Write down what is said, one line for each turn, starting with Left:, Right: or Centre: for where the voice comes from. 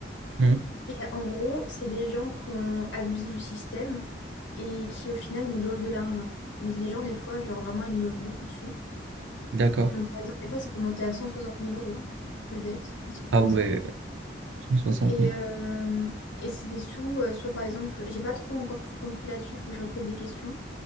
Right: Hum,
Left: Et en gros, c'est des gens qui ont abusé du système et qui, au final, nous doivent de l'argent. Mais c'est des gens, des fois, genre vraiment, ils nous doivent beaucoup de sous.
Right: D'accord.
Left: Donc, par exemple, des fois, ça peut monter à 160 000 euros de dette, des trucs comme
Right: Ah ouais,
Left: ça.
Right: cent soixante
Left: Et,
Right: mille.
Left: euh, et c'est des sous, euh, soit par exemple, j'ai pas trop encore tout compris là-dessus, il faut que je repose des questions.